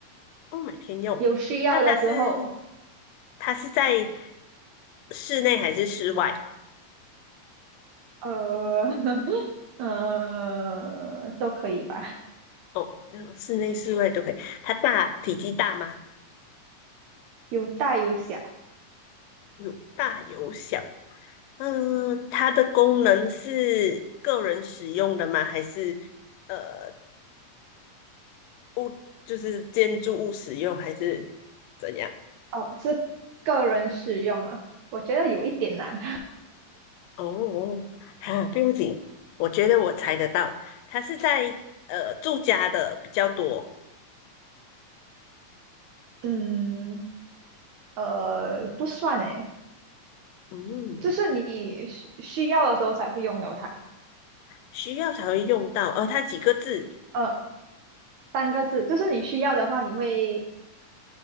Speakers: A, on the left (about 85°); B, on the right (about 75°).
A: 不，每天用。
B: 有需要的时候，
A: 那它是它是在室内还是室外？
B: 呃，<laughs> 呃，都可以吧，
A: 哦，那个室内、室外都可以。它大，体积大吗？
B: 有大有小，
A: 有大有小。嗯，它的功能是个人使用的吗？还是呃物就是建筑物使用，还是怎样？
B: 哦，是个人使用啊，我觉得有一点难，
A: 哦，哈，不用紧，我觉得我猜得到，它是在呃住家的比较多，
B: <laughs> 嗯，呃，不算诶，
A: 嗯，
B: 就是你需需要的时候才会用到它，
A: 需要才会用到。呃，它几个字，
B: 呃，三个字，就是你需要的话，你会。